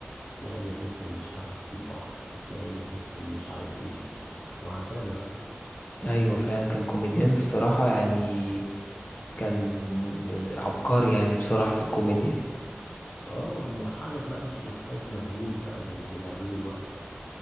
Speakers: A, on the left; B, on the left.
A: إسماعيل ياسين في مش عارف في البحر إسماعيل ياسين في مش عارف إيه وهكذا بقى
B: ايوه فعلا كان كوميديان الصراحة يعني كان عبقري يعني بصراحة في الكوميديا
A: اه وبيضحكك بقى مش محتاج مجهود بقى زي اللي بيعملوه دلوقتي